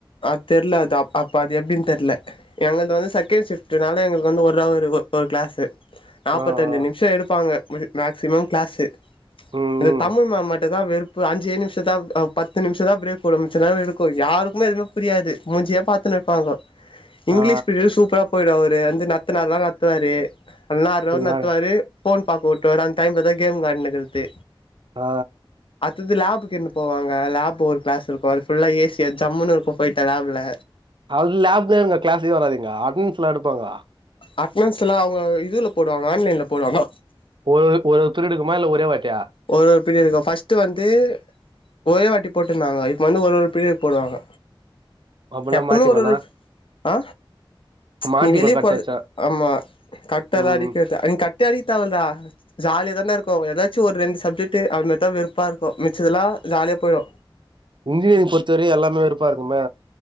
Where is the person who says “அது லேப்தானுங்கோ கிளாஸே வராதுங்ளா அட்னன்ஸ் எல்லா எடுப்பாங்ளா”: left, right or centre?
Right